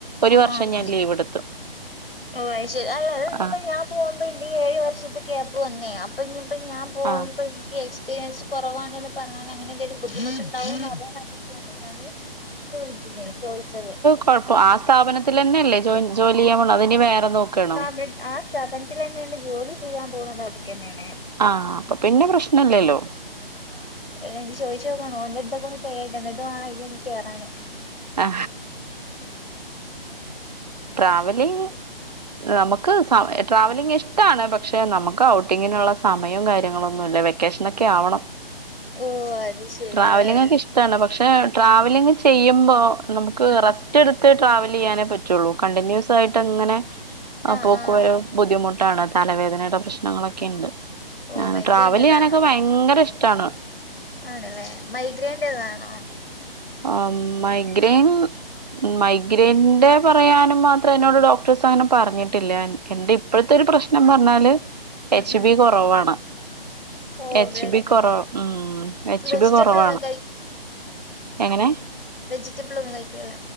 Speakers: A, on the right; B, on the left.
A: ഒരു
B: ആഹ്
A: വർഷം
B: ആഹ്
A: ഞാൻ ലീവ് എടുത്തു.
B: ഓ ശരി അല്ല അ ഇനിയിപ്പോ
A: ആഹ്
B: ഞാൻ പോകുമ്പോ ഇന്റെ ഏഴ് വർഷത്തൊക്കെപ്പ് വന്ന്. അപ്പൊ ഇനിയിപ്പോ ഞാൻ പോകുമ്പോ
A: ആഹ്
B: ഗസ് എക്പീരിയൻസ് കുറവാണെന്ന് പറഞ്ഞാൽ അങ്ങനെ എന്തേലും ബുദ്ധിമുട്ടുണ്ടാവോ അറിയാൻ വേണ്ടീട്ടാണ് ഞാന്. എന്ത് വിളിച്ചി ചോദിച്ചത്.
A: കുഴപ്പം ആ സ്ഥാപനത്തി തന്നെ അല്ലേോ ജോലി ചെയ്യാൻ പോണ് അതിനി വേറെ നോക്കണോ?
B: ആസ് സ്ഥപനത്തിൽ തന്നെയാണ് ജോലി ചെയ്യാൻ പോകണത് അവിടെക്ക് തന്നെയാണ്.
A: ആഹ അപ്പൊ പിന്നെ പ്രശ്നല്ലല്ലോ.
B: ല്ല എനിക്ക് ചോദിച്ചു നോക്കണോ ഒടുത്തൊക്കെ ഒന്ന് കേണ്ട എന്നിട്ട് വേണംഎനിക് ഒന്ന് കേയറാന്.
A: ആ ട്രാവലിങ്. നമുക്ക് സ ട്രാവലിംഗ് ഇഷ്ടമാണ് പക്ഷെ നമുക്ക് ഔട്ടിങ്ങിനുള്ള സമയം കാര്യങ്ങളൊന്നുമല്ല. വ്യക് വെക്കെഷനൊക്കെ ആവണം
B: ഓ അത് ശരിയല്ലേ
A: ട്രാവലിങ്ങക്കെ ഇഷ്ട്ടാണ്. പക്ഷേ ട്രാവലിങ്ങ് ചെയ്യുമ്പോ നമുക്ക്
B: ഉം
A: റസ്‌റ്റ്
B: ഉം
A: റ്റ്ട്ത്ത് ട്രാവലെയ്യാനേ പറ്റുള്ളൂ. കണ്ടിന്യൂസായിട്ടങ്ങനെ
B: ആ
A: പോക്ക്
B: ആ
A: വരവ്. ബുദ്ധിമുട്ടാണ് തലവേദനടെ പ്രെശ്നങ്ങളൊക്കെണ്ട്.
B: ഓ
A: ആഹ്
B: മൈഗ്രേന്റെതാണോ
A: ട്രാവലെയ്യാനൊക്കെ ഭയ്ങ്കരഷ്ടാണ്.
B: ആണ്ലേ മൈഗ്രേൻ്റെതാണോ?
A: അം മൈഗ്രീൻ. മൈഗ്രേന്റെ പറയാനും മാത്രം എന്നോട് ഡോക്ടേഴ്സ് അങ്ങനെ പറഞ്ഞിട്ടില്ല. ന്റെ ഇപ്പഴ്ത്തൊരു പ്രശ്നം പർഞ്ഞാല്
B: ഉം
A: എച്ച്
B: ഉം
A: ബി കൊറവാണ്
B: ഓ
A: എച്ച്ബി
B: ബ്രെഡിന്
A: കൊറവ് ഉം എച്ച്ബി
B: വെജിറ്റബിൾ
A: കൊറവാണ്
B: ഒന്നും
A: എങ്ങനെ
B: വെജിറ്റബ്ളൊന്നും കഴിക്ക്ണ്ല്ല